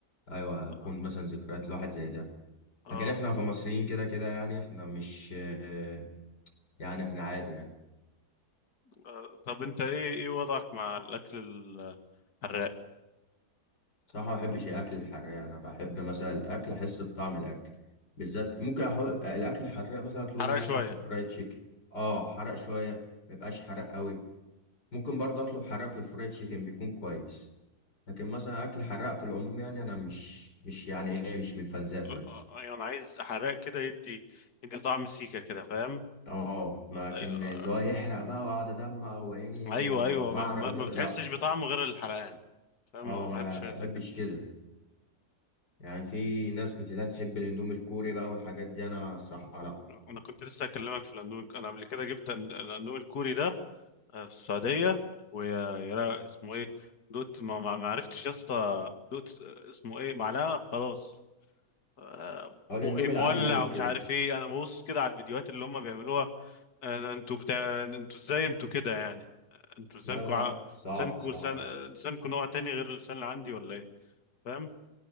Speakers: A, on the left (about 80°); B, on the left (about 65°).
A: ايوه يكون
B: آه.
A: مثلا ذكريات لواحد زي ده
B: آه.
A: لكن احنا كمصريين كده كده يعني احنا مش آه، يعني احنا عادي يعني
B: آه. طب انت ايه ايه وضعك مع الاكل الحراق
A: صراحة ما بحبش الأكل الحراق أنا بحب مثلا الأكل أحس بطعم الأكل بالذات ممكن أحط الأكل الحراق مثلا أطلبه
B: حراق
A: مثلا
B: شويه
A: في الفرايد تشيكن أه حرق شوية ما يبقاش حرق قوي ممكن برضه أطلب حرق في الفرايد تشيكن بيكون كويس لكن مثلا أكل حراق في العموم يعني أنا مش مش يعني إيه مش من فان ذاته
B: لا،
A: يعني
B: آه، يعني عايز حراق كده يدي يدي طعم سيكه كده فاهم
A: أه لكن
B: آه،
A: اللي هو يحرق بقى وأقعد أدمع وعيني
B: ايوه ايوه
A: وأعرق
B: ما ما-
A: وكده
B: ما بتحسش
A: لأ
B: بطعمه غير الحرقان فاهم
A: أه
B: ما
A: ما
B: بحبش غير زي
A: بحبش
B: كده
A: كده يعني في ناس بتلاقي تحب الأندومي الكوري بقى والحاجات دي أنا الصراحة لأ
B: انا كنت لسه اكلمك في الاندومي انا قبل كده جبت أن- الاندومي الكوري ده آه، في السعوديه ويا اسمه ايه دوت ما ما ما عرفتش يا اسطى دوت آه، اسمه ايه معلقه خلاص آه،
A: اه الاندومي
B: بقي مولع
A: العادي جامد
B: ومش
A: كده
B: عارف ايه انا ببص كده على الفيديوهات اللي هم بيعملوها آه، انتوا بتاع انتوا ازاي انتوا كده يعني انتوا لسانكوا
A: لا لا
B: ع-
A: صعب
B: لسانكوا
A: صعب
B: لسان آه، لسانكوا نوع تاني غير اللسان اللي عندي ولا ايه فاهم